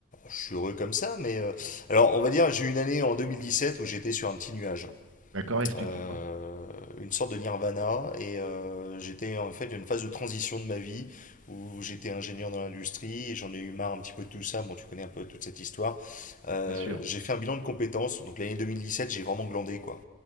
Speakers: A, on the left; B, on the right.
A: Je suis heureux comme ça, mais. euh, Alors, on va dire, j'ai eu une année en 2017 où j'étais sur un petit nuage
B: D'accord, explique
A: euh,
B: pourquoi.
A: une sorte de nirvana. Et euh, j'étais en fait une phase de transition de ma vie où j'étais ingénieur dans l'industrie et j'en ai eu marre un petit peu de tout ça. Bon, tu connais un peu toute cette histoire. Euh,
B: Bien sûr.
A: j'ai fait un bilan de compétences. Donc l'année 2017, j'ai vraiment glandé quoi.